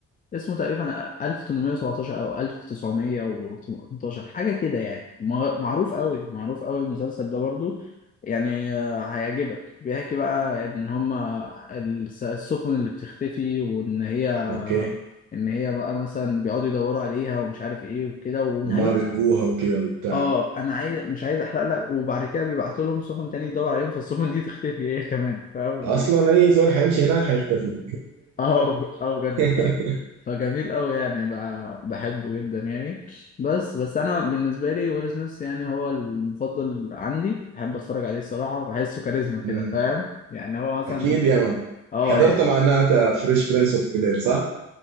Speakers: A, on the left; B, on the right.
A: اسمه تقريبا 1817 او 1918 حاجة كده يعني ما- معروف قوي معروف قوي المسلسل ده برضو يعني آه، هيعجبك بيحكي بقى يعني ان هما الس- السفن اللي بتختفي وان هي
B: اوكي
A: ان هي بقى مثلا بيقعدوا يدوروا عليها ومش عارف ايه وكده ونهايته
B: وما بيلقوها وكده وبتاع
A: اه انا عايز مش عايز احرق لك وبعد كده بيبعتوا لهم سفن تاني تدور عليهم فالسفن دي <laughs> تختفي هي كمان فاهم و-
B: اصلا اي زول حيمشي هناك حيختفي
A: اه اه بجد
B: <laughs>
A: ف فجميل قوي يعني ب- بحبه جدا يعني بس بس انا بالنسبه لي ويل سميث يعني هو المفضل عندي بحب اتفرج عليه الصراحه بحسه كاريزما
B: مم.
A: كده فاهم يعني هو مثلا
B: اكيد يا مان
A: اه
B: حضرت
A: يعني
B: معناتها فريش برنس اوف بيل اير صح؟